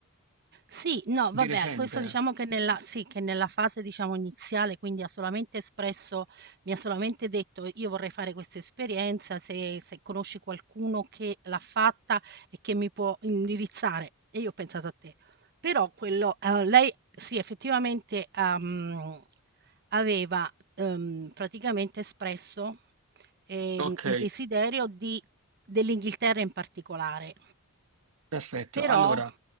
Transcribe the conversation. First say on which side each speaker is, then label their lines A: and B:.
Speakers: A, on the right; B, on the right.
A: Sì, no,
B: di
A: vabbè,
B: recente?
A: questo diciamo che nella sì, che nella fase diciamo iniziale, quindi ha solamente espresso mi ha solamente detto: "Io vorrei fare questa esperienza, se se conosci qualcuno che l'ha fatta e che mi può indirizzare". E io ho pensato a te. Però quello ehm, lei sì, effettivamente, ha mhmm, aveva, ehm, praticamente espresso, ehm,
B: Ok.
A: il desiderio di dell'Inghilterra in particolare.
B: Perfetto,
A: Però
B: allora,